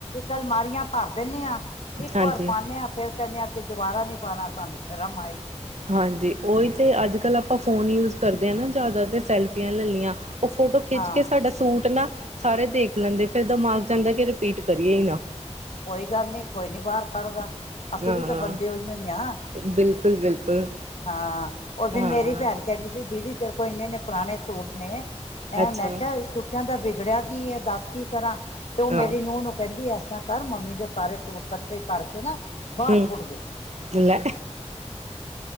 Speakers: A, on the left; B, on the right.
A: ਅਲਮਾਰੀਆਂ ਭਰ ਦਿੰਦੇ ਹਾਂ ਇੱਕ
B: ਹਾਂਜੀ
A: ਵਾਰ ਪਾਉਂਦੇ ਹਾਂ ਫੇਰ ਕਹਨੇ ਹਾ ਦੁਬਾਰਾ ਨੀ ਪਾਉਣਾ ਸਾਨੂੰ ਸ਼ਰਮ ਆਏਗੀ
B: ਹਾਂਜੀ ਉਹੀ ਤੇ ਅੱਜ ਕੱਲ੍ਹ ਆਪਾਂ ਫੋਨ ਯੂਜ ਕਰਦੇ ਹਾਂ ਨਾ ਜ਼ਿਆਦਾ ਤੇ ਸੈਲਫੀਆਂ ਲੈ ਲਈਆਂ ਉਹ ਫੋਟੋ ਖਿੱਚ
A: ਹਾਂ
B: ਕੇ ਸਾਡਾ ਸੂਟ ਨਾ ਸਾਰੇ ਦੇਖ ਲੈਂਦੇ ਫਿਰ ਦਿਮਾਗ ਚ ਆਂਦਾ ਕਿ ਰਿਪੀਟ ਕਰੀਏ ਹੀ ਨਾ
A: ਕੋਈ ਗੱਲ ਨਹੀਂੀ ਕੋਈ ਨੀ ਬਾਹਰ ਕੱਢਦਾ ਅਸੀਂ
B: ਹਾਂ
A: ਵੀ ਤਾਂ ਬੰਦੇ ਹੋਈ ਹੋਈ ਆਂ
B: ਬਿਲਕੁਲ ਬਿਲਕੁਲ
A: ਹਾਂ ਉਸ ਦਿਨ
B: ਹਾਂ
A: ਮੇਰੀ ਭੈਣ ਕਹਿੰਦੀ ਸੀ ਦੀਦੀ ਤੇਰੇ ਕੋਲ ਇੰਨੇ ਇੰਨੇ ਪੁਰਾਣੇ ਸੂਟ ਨੇ ਹੈਂ
B: ਅੱਛਾ
A: ਮੈਂ ਕਿਹਾਛੋਟਿਆਂ ਦਾ ਬਿ ਵਿਗੜਿਆ ਕੀ ਹੈ ਦੱਸ ਕੀ ਕਰਾਂ? ਤੇ ਉਹ
B: ਹਾਂ
A: ਮੇਰੀ ਨੂੰਹ ਨੂੰ ਕਹਿੰਦੀ ਆ ਕਰ ਮੰਮੀ ਦੇ ਸਾਰੇ ਸੂਟ ਇਕੱਠੇ ਕਰਕੇ ਨਾ ਬਾਹਰ
B: ਹਮ
A: ਸੁੱਟ ਦੇ
B: ਲੈ